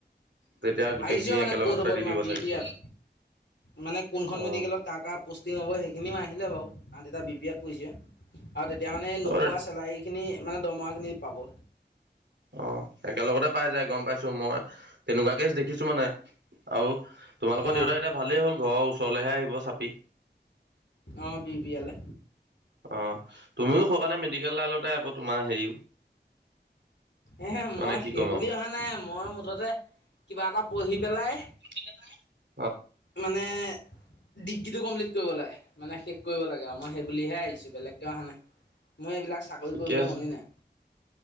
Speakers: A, on the right; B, on the left.
A: তেতিয়া গোটেইখিনি
B: আইজিও মানে
A: একেলগতে
B: ক'ত হ'ব
A: দি
B: তোমাৰ
A: দিব
B: বি
A: চাগে
B: পি
A: চোন
B: ইাত মানে কোনখন
A: অ
B: মেডিকেলত কাৰ কাৰ প'ষ্টিং হ'ব সেইখিনিও আহিলে বাৰু আমাৰ ডেটা বি পি এত পৰিছে। আৰু তেতিয়া মানে নোপোৱা
A: অ
B: চেলাৰিখিনি মানে দৰমহাখিনি পাব।
A: অ একেলগতে পাই যায় গম পাইছো মই তেনেকুৱা কেচ দেখিছো মানে আৰু তোমালোকৰ
B: অঁ
A: দেউতা এতিয়া ভালেই হ'ল ঘৰৰ ওচৰলৈহে আহিব চাপি
B: অ বি পিয়ালে
A: অ তুমিও স কাৰণে মেডিকেল লাইনতে আকৌ তোমাৰ হেৰি
B: এহে
A: মানে
B: মই
A: কি
B: সেইব
A: ক'ম আৰু
B: অহা নাই মই মুঠতে কিবা এটা পঢ়ি পেলাই
A: <inaudible>
B: মানে ডিগ্ৰীটো কমপ্লিট কৰিব লাগে মানে শেষ কৰিব লাগে আৰু মই সেই বুলিহে আহিছো বেলেগকে অহা নাই। মই এইবিলাক চাকৰি
A: ঠিকে
B: কৰিবলে
A: আছে
B: মনে নাই।